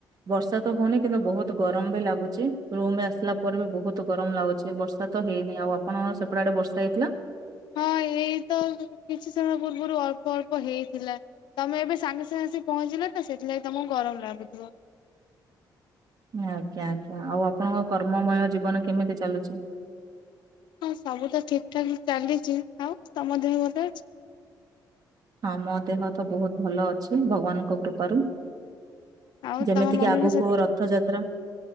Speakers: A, on the right; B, on the left.
A: ବର୍ଷା ତ ହଉନି କି କିନ୍ତୁ ବହୁତ ଗରମ ବି ଲାଗୁଛି ରୁମ ଆସିଲା ପରେ ବି ବହୁତ ଗରମ ଲାଗୁଛି ବର୍ଷା ତ ହେଇନି ଆଉ ଆପଣ ଙ୍କ ଙ୍କ ଆଡ଼େ ବର୍ଷା ହେଇଥିଲା।
B: ହଁ। ଏଇ ତ କିଛି ସମୟ ପୂର୍ବରୁ ଅଳ୍ପ ଅଳ୍ପ ହେଇଥିଲା ତମେ ଏବେ ସାଙ୍ଗେ ସାଙ୍ଗେ ଆସି ପହଞ୍ଚିଲ। ତ ସେଥିଲାଗି ତମକୁ ଗରମ ଲାଗୁଥିବ।
A: ଆଜ୍ଞା ଆଜ୍ଞା, ଆଉ ଆପଣଙ୍କ କର୍ମମୟ ଜୀବନ କେମିତି ଚାଲୁଚି?
B: ହଁ ସବୁ ତ ଠିକ ଠାକ ଚାଲିଛି, ଆଉ ତମ ଦେହ ଭଲ ଅଛି?
A: ଆ ମୋ ଦେହ ତ ବହୁତ ଭଲ ଅଛି ଭଗବାନଙ୍କ କୃପାରୁ।
B: ଆଉ
A: ଯେମିତିକି
B: ତମ ମମିଙ୍କ
A: ଆଗକୁ
B: ସହିତ
A: ରଥଯାତ୍ରା।